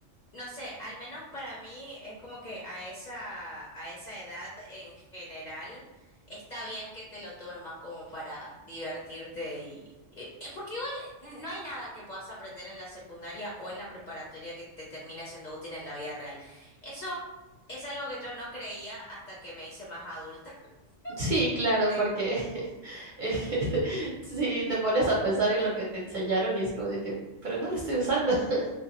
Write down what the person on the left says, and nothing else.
No sé, al menos para mí es como que a esa, a esa edad en general está bien que te lo tomes más como para divertirte y... eh, eh, Porque igual no hay nada que puedas aprender en la secundaria o en la preparatoria que te termine siendo útil en la vida real. Eso es algo que yo no creía hasta que me hice más adulta,
<laughs>
de
que